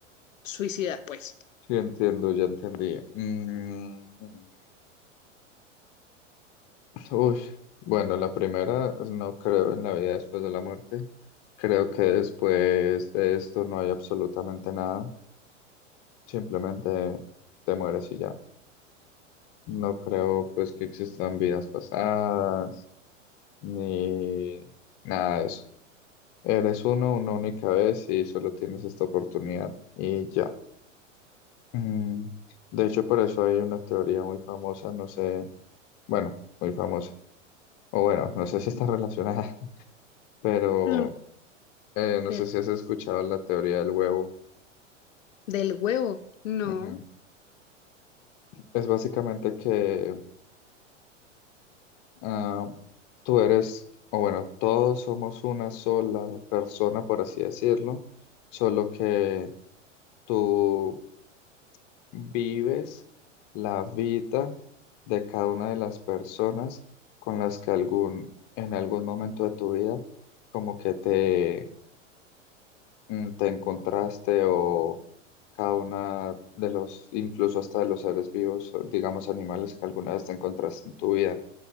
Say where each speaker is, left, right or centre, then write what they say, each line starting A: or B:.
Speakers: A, on the left; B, on the left.
A: suicidar, pues.
B: sí entiendo, ya entendí. Mm. Uy, bueno, la primera pues, no creo en la vida después de la muerte. Creo que después de esto no hay absolutamente nada. Simplemente te mueres y ya. No creo pues que existan vidas pasadas ni nada de eso. Eres uno una única vez y solo tienes esta oportunidad y ya. Mm, De hecho, por eso hay una teoría muy famosa, no sé, bueno, muy famosa. O bueno, no sé si está relacionada, <laughs> pero
A: Mm,
B: Eh, no
A: pero
B: sé si has escuchado la teoría del huevo.
A: del huevo, no.
B: Ujú. Es básicamente que ah, tú eres, o bueno, todos somos una sola persona, por así decirlo, solo que tú vives la vida de cada una de las personas con las que algún, en algún momento de tu vida, como que te mm, te encontraste o cada una de los, incluso hasta de los seres vivos, o digamos animales que alguna vez te encontraste en tu vida.